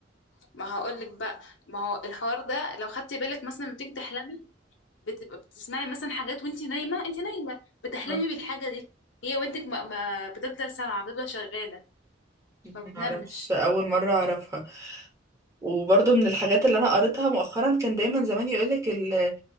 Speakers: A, on the left (about 75°); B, on the right (about 15°).
A: ما هقول لك بقى ما هو الحوار ده لو خدتي بالك مثلا لما بتيجي تحلمي بتبقى بتسمعي مثلا حاجات وانت نايمه انت نايمه بتحلمي
B: آه.
A: بالحاجه دي هي ودنك ما, ما بتفضل سامعه بتفضل شغاله
B: ما
A: ما بتنامش
B: اعرفش اول مرة اعرفها وبرضه من الحاجات اللي انا قريتها مؤخرا كان دايما زمان يقولك ال...